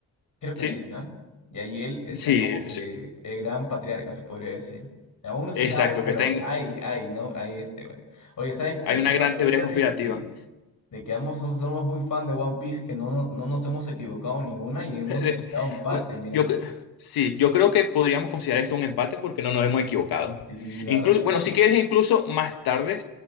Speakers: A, on the left; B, on the left.
A: Creo
B: ¿Sí?
A: que sí, ¿no? Y ahí él está
B: Sí,
A: como
B: sí.
A: que
B: sí.
A: el gran patriarca, se podría decir. Aún no se
B: Exacto,
A: sabe, pero
B: que está en,
A: hay, hay, ¿no? Hay este, bueno. Oye, ¿sabes qué?
B: hay una
A: Me he dado
B: gran
A: cuenta
B: teoría conspirativa.
A: de que, de que ambos son- somos muy fan de One Piece, que no, no, no nos hemos equivocado en ninguna y
B: <laughs>
A: hemos
B: De-
A: dado empate,
B: Bueno,
A: mira.
B: yo cre- sí, yo creo que podríamos considerar esto un empate porque no nos hemos equivocado.
A: Sí, la
B: Incluso,
A: verdad es que
B: bueno,
A: sí.
B: si quieres, incluso más tarde